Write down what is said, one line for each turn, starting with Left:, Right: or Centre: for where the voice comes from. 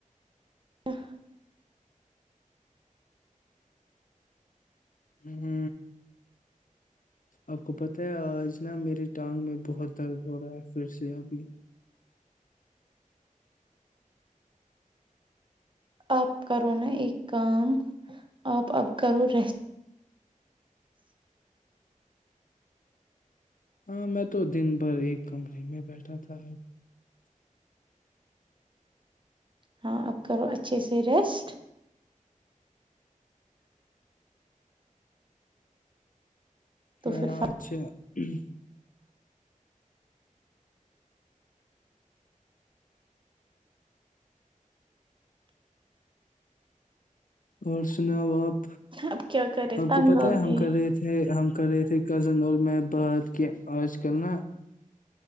Right: و <unintelligible>
Left: ہ آپ کو پت ہے آج نا میری ٹانگ میں بہت درد ہو رہا ہے پھر سے ابھی
Right: آپ کرو نا ایک کام آپ اپ کرو ریسٹ
Left: ہاں میں تو دن بھر ایک کمرے میں بیٹھا تھا
Right: ہاں اب کرو اچھے سے ریسٹ تو
Left: ہاں
Right: پھر
Left: اچھا ہمم اور سناؤ آپ
Right: اب کیا کرے
Left: آپ
Right: تنگ
Left: کو پت
Right: آ
Left: ہے ہم
Right: گئی
Left: کر رہے تھے ہم کرے تھے کزن اور میں بات کے آج کل نا <unintelligible>